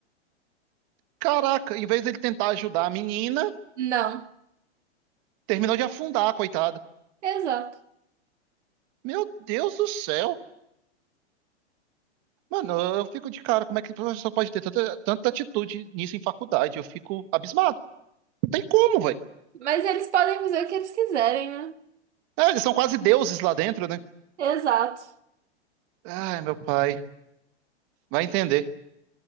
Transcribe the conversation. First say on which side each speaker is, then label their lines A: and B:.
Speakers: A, on the right; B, on the right.
A: Caraca, em vez dele tentar ajudar a menina,
B: Não,
A: terminou de afundar, coitada.
B: exato.
A: Meu Deus do céu. Mano, eu fico de cara, como é que o professor pode ter tanta, tanta atitude nisso em faculdade? Eu fico abismado. Não tem como, velho.
B: Mas eles podem fazer o que eles quiserem, né?
A: É, eles são quase deuses lá dentro, né?
B: Exato.
A: Ai, meu pai. Vai entender.